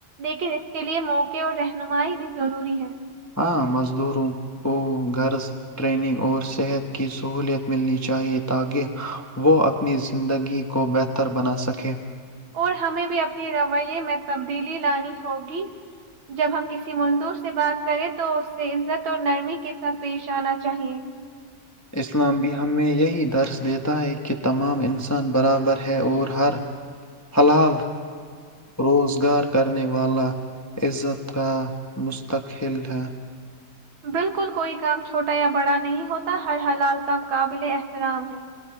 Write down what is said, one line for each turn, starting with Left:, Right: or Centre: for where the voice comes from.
Right: لیکن اس کے لیئے موقع اور رہنمائی بھی ضروری ہے <unintelligible>
Left: ہاں مزدوروں کو غرض ٹریننگ اور صحت کی سہوولت ملنی چاہیے تاکہ وہ اپنی زندگی کو بہتر بنا سکے <inaudible>
Right: اور ہمیں بھی اپنے رویے میں تبدیلی لانی ہوگی جب ہم کسی مزدور سے بات کریں تو اس سے عزت اور نرمی کے <unintelligible> پیش آنا چاہیے <inaudible>
Left: اسلام بھی ہمیں یہی درس دیتا ہے کہ تمام انسان برابر ہے اور ہر ہلال روزگار کرنے والا عزت کا مستقل ہے <unintelligible>
Right: بالکل کوئی کام چھوٹا یا بڑا نہیں ہوتا ہر حلال کا قابل ا <unintelligible> آرام ہے <inaudible>